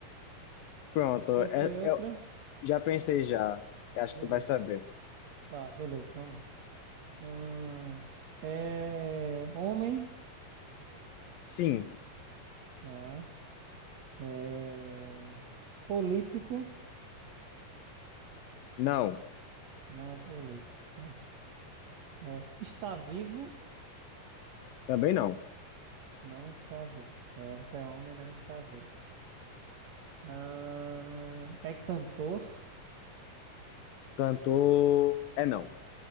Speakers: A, on the left; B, on the right.
A: pronto.
B: Pensou
A: É-
B: em outra?
A: eu já pensei, já. Eu Acho
B: Beleza.
A: que tu vai saber.
B: Tá, beleza, vamos lá. Ahn, é homem,
A: Sim,
B: tá? É político,
A: não,
B: não é político, certo? É, está vivo,
A: também não.
B: não está vivo, certo? É homem, não está vivo. Ahn, é cantor,
A: Cantor. É não,